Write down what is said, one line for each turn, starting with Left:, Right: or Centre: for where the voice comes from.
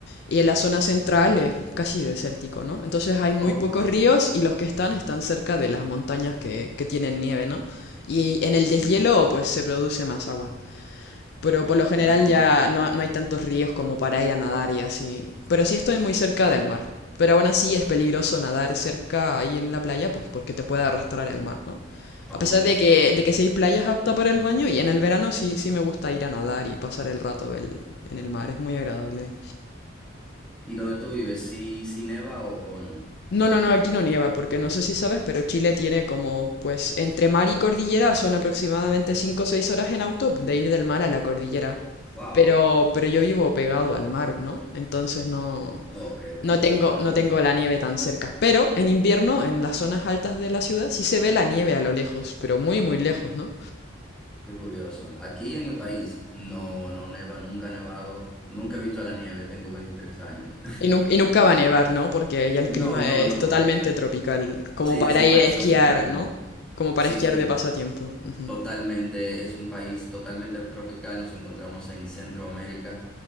Left: y en la zona central es casi desértico, ¿no? Entonces hay muy
Centre: Oh,
Left: pocos
Centre: wow.
Left: ríos y los que están están cerca de las montañas que, que tienen nieve, ¿no? Y en el deshielo
Centre: Sí, sí.
Left: pues se produce más agua. Pero por lo general
Centre: Pero,
Left: ya no, no hay tantos ríos como para ir a nadar y así. Pero sí estoy muy cerca del mar. Pero aún así es peligroso nadar cerca ahí en la playa, pues porque te puede arrastrar el mar, ¿no?
Centre: oh,
Left: A pesar
Centre: es.
Left: de que, de que sí hay playas aptas para el baño y en el verano sí, sí me gusta ir a nadar y pasar el rato el- en el mar, es muy agradable.
Centre: ¿Y dónde tú vives? ¿Sí, sí neva o, o no?
Left: No, no, no, aquí no nieva, porque no sé si sabes, pero Chile tiene como, pues, entre mar y cordillera son aproximadamente 5 o 6 horas en auto de ir del mar a la cordillera.
Centre: Wow.
Left: Pero, pero yo vivo pegado al mar, ¿no? Entonces no,
Centre: Ok, ok.
Left: no tengo, no
Centre: Entonces,
Left: tengo la nieve tan cerca. Pero en invierno, en las zonas altas de la ciudad, sí se ve la nieve a lo lejos, pero muy, muy lejos, ¿no?
Centre: qué curioso. Aquí en mi país no, no neva, nunca ha nevado, nunca he visto la nieve, tengo 23 años.
Left: Y, nu- y nunca va a nevar, ¿no? Porque ya el
Centre: No,
Left: clima
Centre: no,
Left: es
Centre: no.
Left: totalmente tropical, como
Centre: Sí,
Left: para
Centre: es un
Left: ir
Centre: país
Left: a esquiar,
Centre: tropical.
Left: ¿no? Como para
Centre: Sí,
Left: esquiar
Centre: sí,
Left: de pasatiempo. Ujú.
Centre: totalmente. Es un país totalmente tropical. Nos encontramos en Centroamérica.